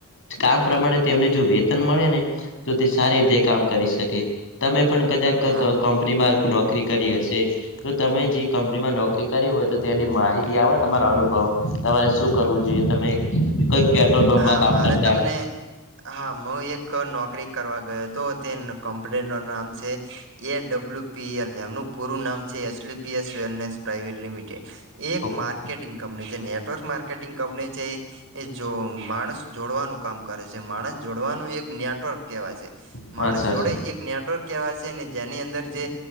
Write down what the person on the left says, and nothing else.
કામ પ્રમાણે તેમને જો વેતન મળે ને તો તે સારી રીતે કામ કરી શકે તમે પણ કદાક
કંપની માં નોકરી કરી હશે તો તમે જે કંપનીમાં નોકરી કરી હોય તો તેની માહિતી આવો તમારા અનુભવ તમારે શું કરવું જોઈએ તમે કઈક પેટ્રોલ પંપમાં
કામ
કરતા
ઓકે
મસાજ